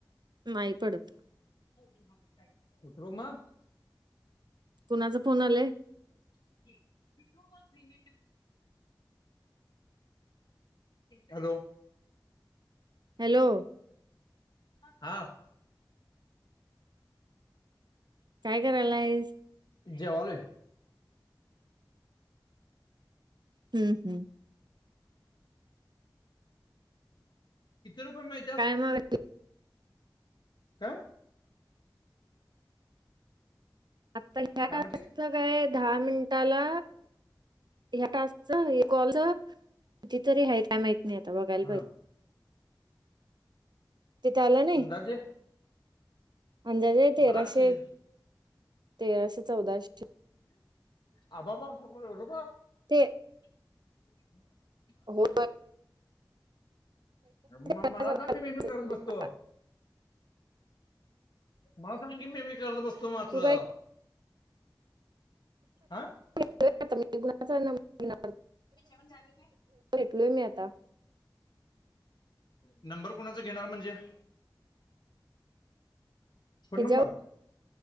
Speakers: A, on the right; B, on the left.
A: नाही पडत
B: कुतरऩऽ
A: णाचा फोन आलाय?
B: प्रमियम. हॅलो.
A: हॅलो.
B: हा,
A: काय करायलायस
B: जेवालोय,,
A: हम्म,, हम्म,
B: किती रुपये मिळत्यात..
A: काय मग
B: काय?
A: आता् हत्या
B: काय
A: टाइमाच,
B: म्हटलीस
A: काय दहा मिनटऽऽ ला ह्या टास्क च, कॉल च, किती तरी हायत,, माहितीऽ‌ नाही आता बघायला
B: हा
A: पायजे.. तिथे आलं नाही,,
B: अंदाजे
A: अंदाजे तेराशे,,
B: मला कसं येईल
A: तेराशे चौदाशे,
B: अ बा, बा एवढंऽऽ
A: तेे,
B: <inaudible>
A: हो,
B: अमम
A: काय
B: मला
A: झालं,
B: सांग कि, मी मी करत बसतो. मला सांगी मी मी करत बसतो म असली,,,
A: तू काय
B: अं
A: आ कूणाचा नंबऽऽ
B: वण झाग का
A: घेतलोय मी आता.
B: <inaudible> नंबर कोणाच घेणार म्हणजे? फोन
A: ह्याच्यावर
B: नंबर,,